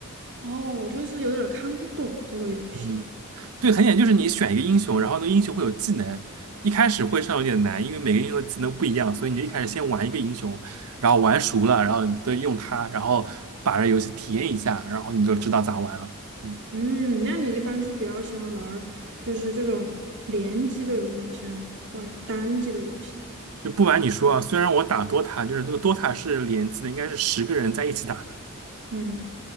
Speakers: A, on the right (about 55°); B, on the right (about 85°).
A: 哦，我就是有点儿看不懂这个游戏。
B: 嗯，对，很简单，就是你选一个英雄，然后那个英雄会有技能，一开始会上有点难，因为每个英雄的技能不一样，所以你就一开始先玩一个英雄，然后玩熟了，然后你再用它，然后把这游戏体验一下，然后你就知道咋玩了。嗯。
A: 嗯，那你一般是比较喜欢玩儿，就是这种联机的游戏，还是喜欢玩儿单机的游戏？
B: 就不瞒你说啊，虽然我打 DOTA，就是那个 DOTA 是联机的，应该是十个人在一起打的，
A: 嗯